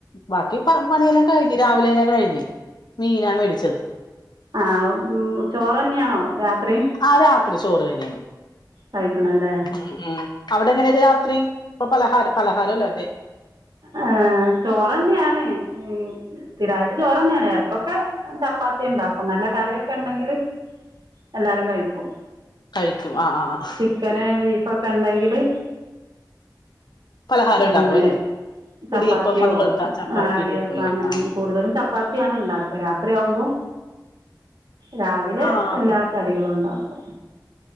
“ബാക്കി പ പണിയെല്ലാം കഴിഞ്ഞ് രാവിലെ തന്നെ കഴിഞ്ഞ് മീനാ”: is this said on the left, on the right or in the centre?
Left